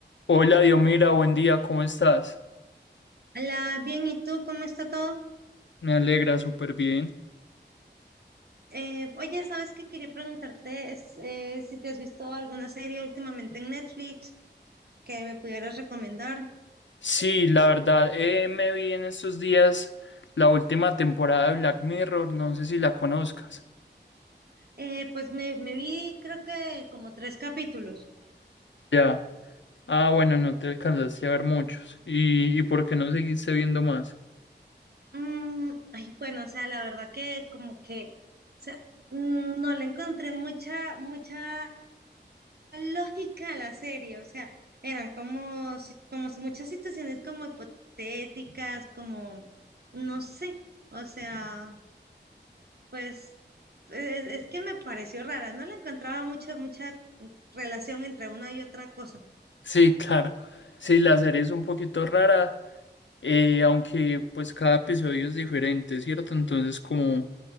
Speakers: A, on the left; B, on the right.
A: Hola, Diomira, buen día, ¿cómo estás?
B: Hola, bien, ¿y tú cómo está todo?
A: Me alegra súper bien.
B: Eh, oye, ¿sabes qué quería preguntarte? Es, eh, si te has visto alguna serie últimamente en Netflix que me pudieras recomendar.
A: Sí, la verdad, eh, me vi en estos días la última temporada de Black Mirror, no sé si la conozcas.
B: Eh, pues me, me vi creo que como tres capítulos.
A: Ya. Ah, bueno, no te alcanzaste a ver muchos. ¿Y, y por qué no seguiste viendo más?
B: Mm, ay, bueno, o sea, la verdad que como que, o sea, mm, no le encontré mucha, mucha lógica a la serie, o sea, eran como, si- como muchas situaciones como hipotéticas, como, no sé, o sea... Pues eh, es, que me pareció rara, no le encontraba mucha, mucha relación entre una y otra cosa.
A: Sí, <laughs> claro. Sí, la serie es un poquito rara, eh, aunque pues cada episodio es diferente, ¿cierto? Entonces, como